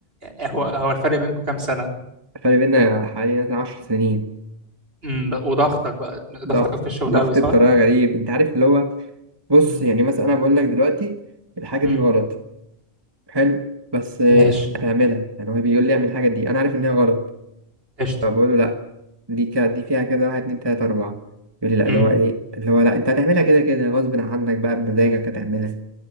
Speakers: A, on the right; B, on the right.
A: هو هو الفرق بينكم كام سنة
B: فرق بينا حوالي مثلا 10 سنين
A: امم وضغطك بقى
B: ضغط
A: ضغطك في الشغل
B: ضغط
A: قوي صح
B: بطريقه غريب انت عارف اللي هو بص
A: امم
B: يعني مثلا انا بقول لك دلوقتي الحاجه
A: امم
B: دي غلط حلو بس آه،
A: ماشي
B: هتعملها يعني هو بيقول لي اعمل الحاجه دي انا عارف انها غلط
A: قشطة
B: فبقول له لا دي كا دي فيها كده واحد اتنين تلاتة أربعة يقول لي لا
A: امم
B: اللي هو إيه اللي هو لا أنت هتعملها كده كده غصب عنك بقى بمزاجك هتعملها